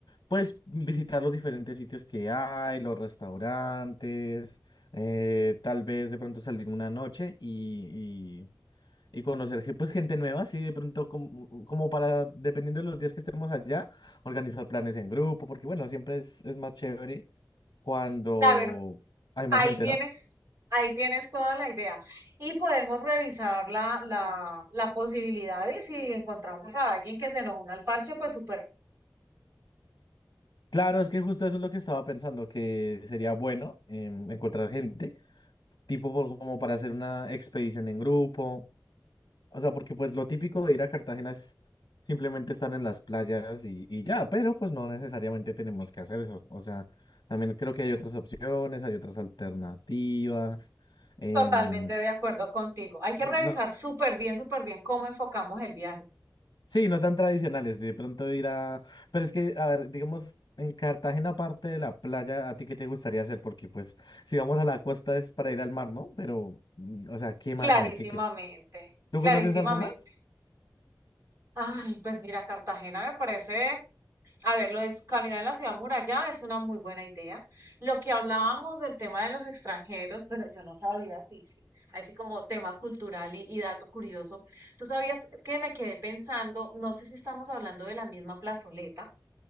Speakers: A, on the left; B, on the right.
A: pues visitar los diferentes sitios que hay, los restaurantes, eh, tal vez de pronto salir una noche y, y, y conocer ge- pues gente nueva, sí, de pronto como, como para, dependiendo de los días que estemos allá, organizar planes en grupo, porque bueno, siempre es, es más chévere cuando
B: La verdad,
A: hay
B: ahí
A: más gente,
B: tienes,
A: ¿no?
B: ahí tienes toda la idea. Y podemos revisar la, la, la posibilidad y si encontramos a alguien que se nos una al parche, pues súper,
A: Claro, es que justo eso es lo que estaba pensando, que sería bueno em, encontrar gente. tipo por- como para hacer una expedición en grupo. O sea, porque pues lo típico de ir a Cartagena es simplemente estar en las playas y, y ya, pero pues no necesariamente tenemos que hacer eso. O sea, también creo que hay otras opciones, hay otras alternativas. em,
B: totalmente de acuerdo contigo. Hay que
A: no,
B: revisar súper bien, súper bien cómo enfocamos el viaje.
A: sí, no tan tradicionales, de pronto ir a... Pero es que, a ver, digamos, en Cartagena, aparte de la playa, ¿a ti qué te gustaría hacer? Porque pues si vamos a la costa es para ir al mar, ¿no? Pero, mm, o sea, ¿qué más
B: Clarísimamente,
A: hay? ¿Qué, qué... tú
B: clarísimamente.
A: conoces algo más?
B: Ay, pues mira, Cartagena me parece A ver, lo de caminar en la ciudad muralla es una muy buena idea. Lo que hablábamos del tema de los extranjeros, pero yo no sabía si, si- así como tema cultural y, y dato curioso. Tú sabías, es que me quedé pensando, no sé si estamos hablando de la misma plazoleta.